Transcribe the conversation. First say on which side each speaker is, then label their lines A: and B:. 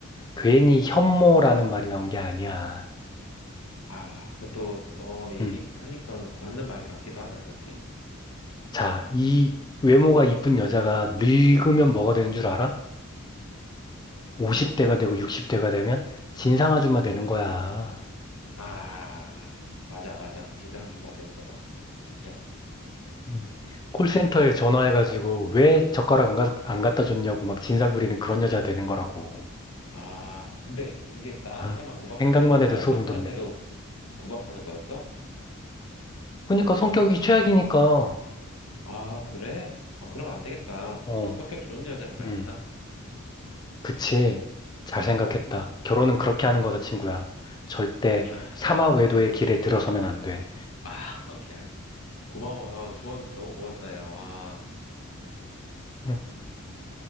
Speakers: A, on the left; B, on the left.
A: 괜히 현모라는 말이 나온 게 아니야.
B: 아, 또, 어, 얘기하니까
A: 음.
B: 맞는 말 같기도 하다, 그렇게.
A: 자, 이 외모가 이쁜 여자가 늙으면 뭐가 되는 줄 알아? 50대가
B: 뭔데?
A: 되고 60대가 되면 진상 아줌마 되는 거야.
B: 아, 맞아, 맞아. 진상 아줌마 되는 거다. 진짜.
A: 음. 콜센터에 전화해가지고 왜 젓가락 안, 가, 안 갖다 줬냐고 막 진상 부리는 그런 여자 되는 거라고.
B: 아, 근데 그게 나한테만
A: 아유,
B: 구박하는
A: 생각만
B: 게 아니고 다른
A: 해도 소름
B: 사람들한테도
A: 돋네.
B: 구박하는 거였어?
A: 그러니까 성격이 최악이니까.
B: 아, 그래? 아, 그럼 안 되겠다.
A: 어,
B: 성격 좋은 여자로 가야겠다.
A: 음, 그치. 잘 생각했다.
B: 음,
A: 결혼은 그렇게 하는 거다, 친구야. 절대
B: 아,
A: 사마 외도의
B: 오케이, 오케이.
A: 길에 들어서면 안 돼.
B: 아, <laughs> 오케이, 알겠. 고마워. 아, 조언 너무 고맙다, 야, 와.
A: 응.